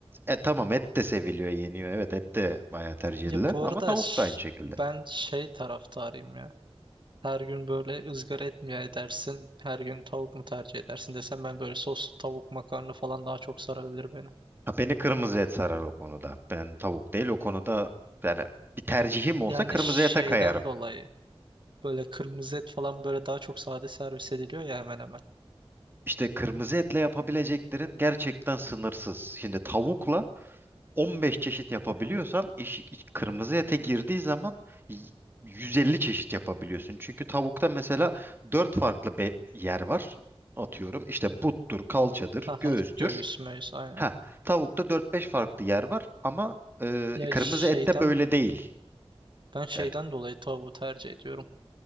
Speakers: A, on the right (about 20°); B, on the right (about 50°).
A: e, tamam et de seviliyor, yeniyor. Evet et de bayağı tercih
B: Ya
A: edilen
B: bu
A: ama
B: arada
A: tavuk
B: ş-
A: da aynı şekilde.
B: ben şey taraftarıyım ya. Her gün böyle ızgara et mi edersin? Her gün tavuk mu tercih edersin desem ben böyle soslu tavuk makarna falan daha çok sarabilir beni.
A: Ha, beni kırmızı et sarar o konuda. Ben tavuk değil o konuda yani bir tercihim olsa
B: Yani
A: kırmızı
B: şeyden
A: ete kayarım.
B: dolayı böyle kırmızı et falan böyle daha çok sade servis ediliyor ya hemen hemen.
A: İşte kırmızı etle yapabileceklerin gerçekten sınırsız. Şimdi tavukla 15 çeşit yapabiliyorsan
B: Hı hı.
A: eşi, kırmızı ete girdiği zaman y- 150 çeşit yapabiliyorsun. Çünkü tavukta mesela 4 farklı be- yer var. Atıyorum işte buttur, kalçadır,
B: Aha,
A: göğüstür.
B: göğüs möğüs aynen.
A: Heh, tavukta dört beş farklı yer var ama e,
B: Ya
A: kırmızı
B: şeyden
A: ette böyle değil.
B: ben şeyden
A: Yani
B: dolayı tavuğu tercih ediyorum.